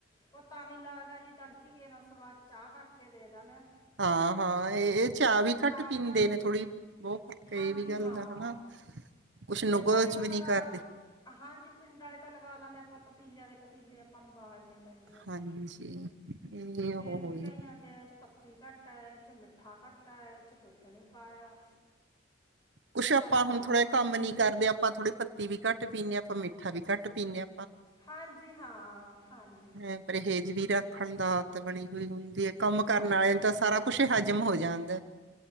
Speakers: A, on the left; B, on the right.
A: ਪਤਾ ਨੀ ਲੱਗਦਾ ਜੀ, ਤੜਕੇ ਕੇਨਾ ਸਵਾਦ ਚਾਹ ਕਰ ਕੇ ਦੇ ਦੇਨੇ ਆ।
B: ਹਾਂ- ਹਾਂ ਏ ਇਹ ਚਾਹ ਵੀ
A: ਆਰਾਮਦਾਰੀ
B: ਘੱਟ ਪੀਂਦੇ ਨੇ ਥੋੜੀ, ਬਹੁਤ ਫਰਕ ਏ
A: ਹਾਂਜੀ
B: ਵੀ ਗੱਲ
A: ਹਾਂ
B: ਦਾ ਹਨਾ ਕੁਛ ਨੁਗਚ
A: ਪਿੰਡ ਆਲੇ ਤਾ
B: ਵੀ
A: ਲਗਾਲ
B: ਨਹੀਂ ਕਰਦੇ
A: ਹਾਂਜੀ ਪਿੰਡ ਆਲੇ ਤਾਂ ਲਗਾ ਲੇਨੇ ਆ, ਆਪਾਂ ਪਤੀਲਿਆਂ ਦੇ ਪਤੀਲੇ ਆਪਾਂ ਨੂੰ ਬਾਲਣੇ ਪੈਂਦੇ ਆ,
B: ਹਾਂਜੀ ਇਹ
A: ਫੇਰ
B: ਉਹ
A: ਵੀ
B: ਹੋਈ
A: ਕਈਆਂ ਇਹਦੇ ਚ ਪੱਤੀ ਘੱਟ ਐ, ਇਹਦੇ 'ਚ ਮਿੱਠਾ ਘੱਟ ਐ ਇਹਦੇ 'ਚ ਦੁੱਧ ਨੀ ਪਾਇਆ।
B: ਕੁੱਛ ਆਪਾਂ
A: ਸਾਨੂੰ
B: ਹੁਣ
A: ਚਾਹ
B: ਥੋੜਾਂ
A: ਥੋੜੀ
B: ਕੰਮ
A: ਰਹਿ
B: ਨੀਂ
A: ਗਈ
B: ਕਰਦੇ, ਆਪਾਂ ਥੋੜੀ ਪੱਤੀ ਵੀ ਘੱਟ ਪੀਂਨੇ ਆ, ਆਪਾਂ ਮਿੱਠਾ ਵੀ ਘੱਟ ਪੀਂਨੇ ਆ।
A: ਹਾਂਜੀ ਹਾਂ ਹਾਂਜੀ।
B: ਹੈ ਪਰਹੇਜ ਵੀ ਰੱਖਣ ਦਾ ਆਤ ਬਣੀ ਹੋਈ ਹੁੰਦੀ ਏਂ, ਕੰਮ ਕਰਨ
A: ਹਾਂਜੀ
B: ਵਾਲੇ ਨੂੰ ਤਾਂ ਸਾਰਾ ਕੁੱਛ ਹਜ਼ਮ ਹੋ ਜਾਂਦਾ।